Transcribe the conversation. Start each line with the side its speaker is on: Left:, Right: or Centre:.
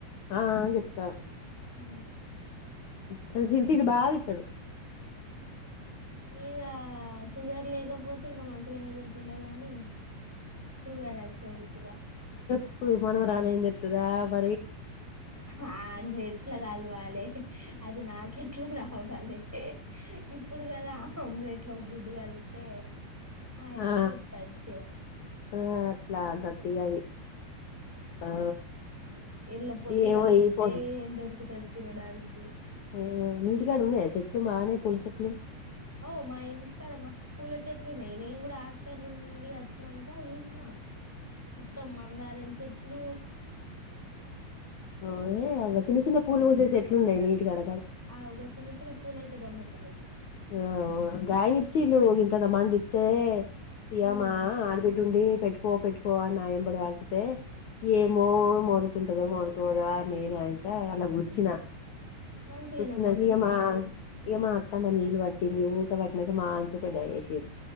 Left: ఆ అని చెప్తా
Centre: ఉ
Left: కానీ సిరి దని బాగా ఇచ్చాడు
Centre: ఈకా సుగర్ లేగప్ కపోతే ఇంకా మంచిగానేదిింటుండే గాని సుగర్ వచ్చే వత్తిగా
Left: ఇప్పుడు మనం రాలేంది ఎతుదా మ
Centre: ఆ అంలు ఎట్లా కలవాలి అది నాకెట్లా రా అవాలే ఇప్పుడు కదా ఆమ్లెట్ లో గుడ్డు కలిపి అదే ఆయితే
Left: ఆ
Centre: పొత్తడుచ్చే
Left: ఆ రొట్టగా అది ఆ
Centre: ఎళ పొత్తుకాలతే
Left: ఏమో పో
Centre: ఎంతొరుకు తె తినడానికి
Left: ఆ ఇంటికాడ ఉన్నాయా చెట్లు బానే పూల చెట్లు
Centre: ఓ మా ఇంటికాడ మస్తు పూల చెట్లు ఉన్నాయి నేను కూడా హాస్టర్ నుండి వచ్చినాక చూసిన త్తమ్మాందాారాని చె ను
Left: ఓఓహే అ చిన్న చిన్న పూలు పోసేసి ఎట్లున్నాయి మీ కడ
Centre: ఆ ఒకగా చిన్న చిన్న పూల అయితే గమ్మత్
Left: ఆఓ గగాయని ఇచ్చి నువవుగి ఇంతద మంది ఇతే ఇ్యమా
Centre: ఉమ్
Left: ఆడబిడ్డు ఉండి పెట్టుకో పెట్టు పో నాయ పడు వాలంటతే ఏమో మో టదో కొనుకోదా అ నేను అంత అలా కూర్చిన
Centre: మంచిగానే
Left: కూర్చినక
Centre: మొలిసింది
Left: ఏమా
Centre: మరి
Left: ఏమా అత్తమని ది ఒక పట్నక మాన్ చె పెదాసిరు